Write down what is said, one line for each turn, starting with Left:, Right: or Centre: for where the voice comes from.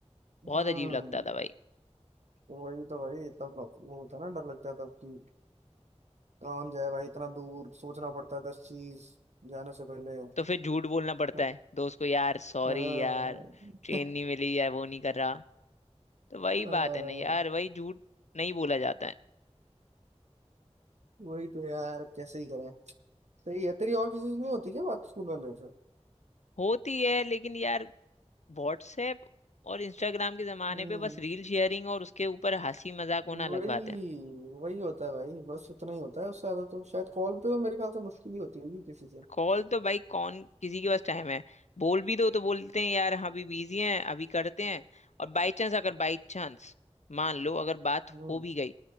Left: बहुत
Right: हम्म
Left: अजीब लगता था भाई
Right: वही तो भाई तब वो होता है ना डर लगता है तब कि कौन जाए भाई इतना दूर सोचना पड़ता है दस चीज जाने से पहले
Left: तो फिर झूठ बोलना पड़ता
Right: हाँ
Left: है दोस्त को यार सॉरी
Right: <laughs>
Left: यार ट्रेन नहीं मिली या वो नहीं कर रहा तो वही
Right: हाँ,
Left: बात है ना यार वही झूठ नहीं बोला जाता है
Right: वही तो यार कैसे ही करें सही है तेरी और किसी से नहीं होती क्या बात स्कूल वाले से
Left: होती है लेकिन यार व्हाट्सएप और इंस्टाग्राम के जमाने
Right: हम्म
Left: पे बस रील शेयरिंग और उसके ऊपर हंसी मजाक होना
Right: वही
Left: अलग बात है
Right: वही होता है भाई बस उतना ही होता है उससे ज्यादा तो शायद कॉल पे तो मेरे ख्याल से मुश्किल ही होती होगी किसी से
Left: कॉल तो भाई कौन किसी के पास टाइम है बोल भी दो तो बोलते हैं यार हाँ अभी बिजी हैं अभी करते हैं और बाई चांस अगर बाई चांस मान लो अगर बात
Right: हम्म
Left: हो भी गई